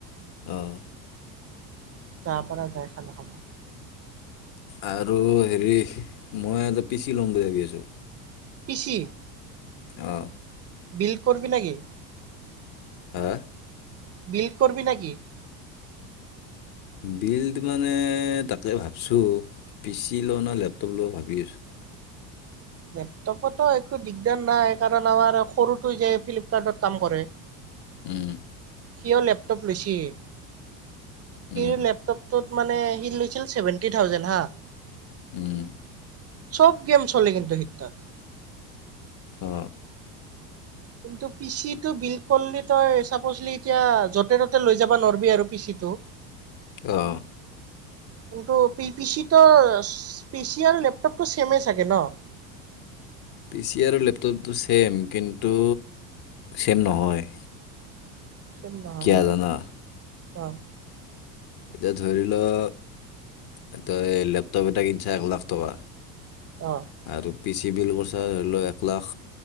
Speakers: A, on the left; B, on the right.
A: অ'
B: যাৰ পৰা যায় খানা খাবা।
A: আৰু হেৰি মই এটা পিচি ল'ম বুলি ভাবি আছোঁ।
B: পিছি?
A: অহ, '
B: বিল্ড কৰবি নেকি?
A: হা,
B: বিল্ড কৰবি নেকি?
A: বিল্ড মানে, তাকে ভাবছো পিচি লওঁ না লেপটপ লও ভাবি আছো।
B: লেপটপতো একো দিগদাৰ নাই কাৰণ আমাৰ সৰুটোই যে ফ্লিপকাৰ্টত কাম কৰে,
A: উম,
B: সিয় লেপটপ লৈছি। সিৰ
A: উম,
B: লেপটপটোত, মানে সি লৈছিল ছেভেনটি থাউজেণ্ড হা,
A: উম,
B: চব গেম চলে কিন্তু সেইতাত।
A: অ,
B: কিন্তু পিচিটো বিল্ড কৰলি তই চাপজলি এতিয়া য'তে -ত'তে লৈ যাব নৰবি আৰু পিচিটো।
A: অহ,
B: কিন্তু পি পি চি টু আৰু পি চি আৰু লেপটপটো ছেমেই চাগে ন',?
A: পি চি আৰু লেপটপটো ছেম কিন্তু ছেম নহয়।
B: <unintelligible>
A: কিয় জানা
B: অঁ
A: এতিয়া ধৰি লও, তই এই লেপটপ এটা কিনছা এক লাখ টকা
B: অ
A: আৰু পি চি বিল কচা ধৰি লও এক লাখ